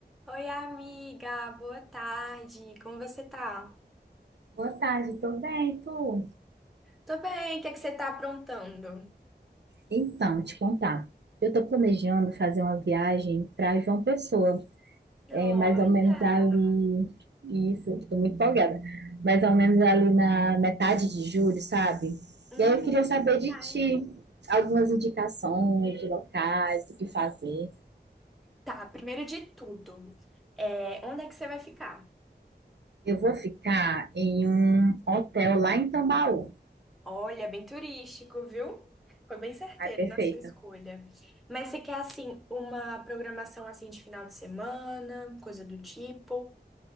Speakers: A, in the centre; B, on the right.
A: Oi, amiga, boa tarde. Como você tá?
B: Boa tarde, tô bem, e tu?
A: Tô bem, o que é que você tá aprontando?
B: Então, te contar. Eu estou planejando fazer uma viagem para João Pessoa,
A: Olha,
B: é mais ou menos ali. Isso, estou muito empolgada. Mais ou menos ali na metade de julho, sabe?
A: hum,
B: E aí eu queria saber
A: que demais.
B: de ti algumas indicações de locais, do que fazer.
A: Tá, primeiro de tudo, é, onde é que você vai ficar?
B: Eu vou ficar em um hotel lá em Tambaú.
A: Olha, bem turístico, viu? Foi bem certeiro
B: Ah, perfeita.
A: na sua escolha. Mas você quer, assim, uma programação, assim, de final de semana, coisa do tipo?